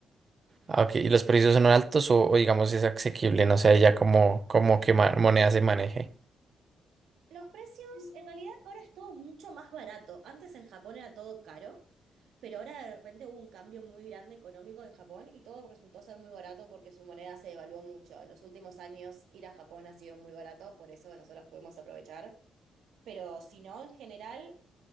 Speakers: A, on the right; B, on the right.
A: Ah, ok. ¿Y los precios son altos o, o digamos es asequible? No sé, ya como, como que ma- moneda se maneje.
B: Los precios, en realidad, ahora es todo mucho más barato. Antes en Japón era todo caro, pero ahora de repente hubo un cambio muy grande económico en Japón y todo resultó ser muy barato porque su moneda se devaluó mucho. En los últimos años ir a Japón ha sido muy barato, por eso nosotros podemos aprovechar. Pero si no, en general,